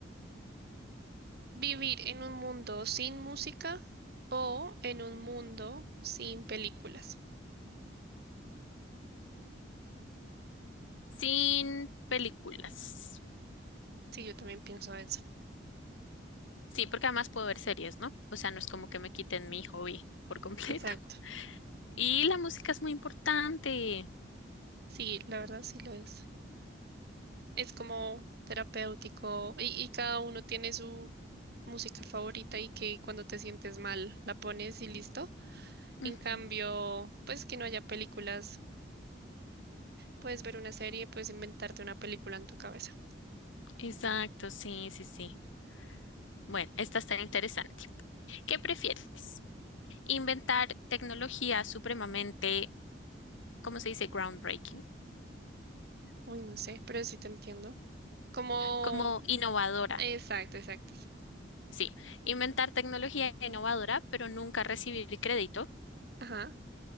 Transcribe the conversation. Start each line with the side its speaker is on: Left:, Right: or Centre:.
Right: vivir en un mundo sin música o en un mundo sin películas?
Left: Sin películas.
Right: Sí, yo también pienso eso.
Left: Sí, porque además puedo ver series, ¿no? O sea, no es como que me quiten mi hobby por completo.
Right: Exacto.
Left: <laughs> Y la música es muy importante.
Right: Sí, la verdad sí lo es. Es como terapéutico y, y cada uno tiene su música favorita y que cuando te sientes mal la pones y listo.
Left: Ujú,
Right: En cambio, pues que no haya películas Puedes ver una serie, puedes inventarte una película en tu cabeza.
Left: Exacto, sí, sí, sí. Bueno, esta está interesante. ¿Qué prefieres? inventar tecnología supremamente, ¿cómo se dice? Groundbreaking,
Right: Uy, no sé, pero sí te entiendo. Como,
Left: como innovadora.
Right: exacto, exacto.
Left: Sí, inventar tecnología innovadora, pero nunca recibir crédito
Right: Ajá.